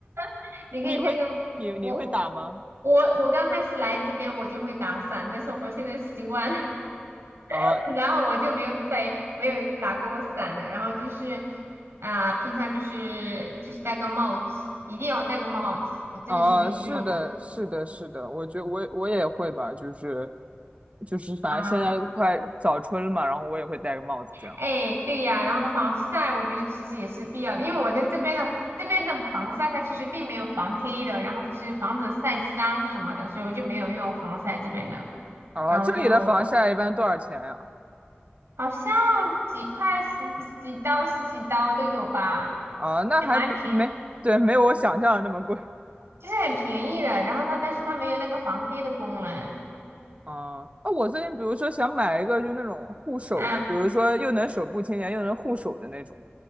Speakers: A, on the right; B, on the right.
A: <laughs>
B: <laughs>
A: 你可以戴个我
B: 你会你你会打吗？
A: 我我刚开始来这边我就会打伞，但是我现在习惯了。
B: 啊、
A: <laughs> 然后我就没有再没有打过伞了。然后就是啊、平常就是就是戴个帽子，一定要戴个帽子，真的是很有用的
B: 啊，是的，是的，是的，我觉得我也我也会吧，就是就是，反正现在快早春了嘛，
A: 啊。
B: 然后我也会戴个帽子这样。
A: 哎，对呀，然后防晒我觉得其实也是必要的，因为我在这边的这边的防晒它其实并没有防黑的，然后只是防止晒伤什么的，所以我就没有用防晒这边的。
B: 啊，
A: 然后我就
B: 这里的防晒一般多少钱呀？
A: 好像几块十十几刀十几刀都有吧，
B: 啊，那还比没，
A: 也蛮便宜。
B: 对，没有我想象的那么贵。
A: 就是很便宜的，然后它但是它没有那个防黑的功能。
B: 啊，啊，我最近比如说想买一个就那种护手的，
A: 嗯，
B: 比如说又能手部清洁又能护手的那种。